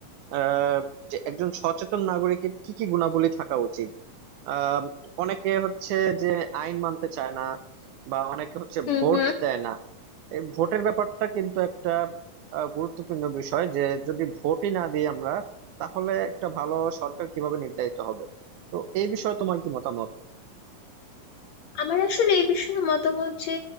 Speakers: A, on the right (about 75°); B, on the left (about 75°).
A: আহ যে একজন সচেতন নাগরিকের কি কি গুণাবলী থাকা উচিত আহ অনেকে হচ্ছে যে আইন মানতে চায় না বা অনেকে হচ্ছে
B: হুম
A: ভোট
B: হুম
A: দেয় না এই ভোটের ব্যাপারটা কিন্তু একটা আহ, গুরুত্বপূর্ণ বিষয় যে যদি ভোটই না দিই আমরা তাহলে একটা ভালো সরকার কিভাবে নির্ধারিত হবে তো এই বিষয়ে তোমার কি মতামত
B: আমার আসলে এই বিষয়ে মতামত যে